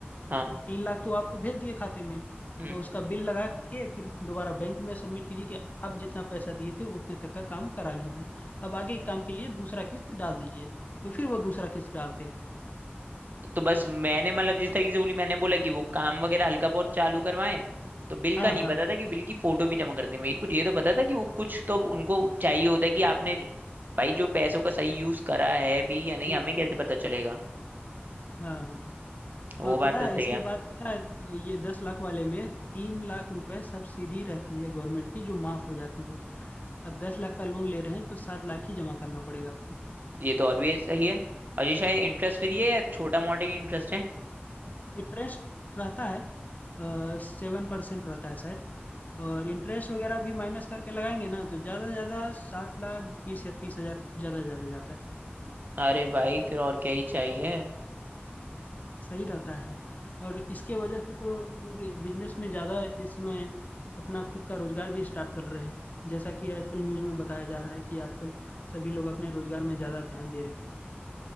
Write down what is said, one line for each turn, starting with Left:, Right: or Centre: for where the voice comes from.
Right: हाँ
Left: तीन लाख तो आपको भेज दिए खाते में
Right: हम्म
Left: और उसका बिल लगा के फिर दोबारा बैंक में सबमिट कीजिए कि आप जितना पैसा दिए थे उतने तक का काम करा लिए हैं अब आगे के काम के लिए दूसरा किस्त डाल दीजिए तो फिर वो दूसरा किस्त डालते हैं
Right: तो बस मैंने मतलब जिस तरीके से बोली मैंने बोला कि वो काम वगैरह हल्का बहुत चालू करवाएं तो बिल
Left: हाँ
Right: का नहीं
Left: हाँ
Right: पता था कि बिल की फोटो भी जमा करनी है। मेरे कुछ ये तो पता था कि वो कुछ तो उनको चाहिए होता है कि आपने ज- भाई जो पैसों का सही यूज करा है भी या नहीं
Left: जी
Right: हमें
Left: जी
Right: कैसे पता चलेगा
Left: हाँ हाँ
Right: वो
Left: और
Right: बात
Left: पता
Right: तो
Left: है
Right: सही
Left: इसके
Right: है
Left: बाद पता है ये दस लाख वाले में तीन लाख रुपए सब्सिडी रहती है गवर्नमेंट की जो माफ हो जाती है अब दस लाख का लोन ले रहे हैं तो सात लाख ही जमा करना पड़ेगा आपको
Right: ये तो और भी सही है और ये शायद इंटरेस्ट फिर ये छोटा मोटा ही इंटरेस्ट है
Left: इंटरेस्ट रहता है सेवन परसेंट रहता है शायद और इंटरेस्ट वगैरह भी माइनस करके लगाएंगे ना तो ज़्यादा से ज़्यादा सात लाख बीस या तीस हज़ार ज़्यादा ज़्यादा जाता है
Right: अरे भाई फिर और क्या ही चाहिए
Left: सही रहता है और इसके वजह से तो लोग बिजनेस में ज़्यादा इस समय अपना खुद का रोजगार भी स्टार्ट कर रहे हैं जैसा कि आजकल न्यूज में बताया जा रहा है कि आजकल सभी लोग अपने रोजगार में ज़्यादा ध्यान दे रहे हैं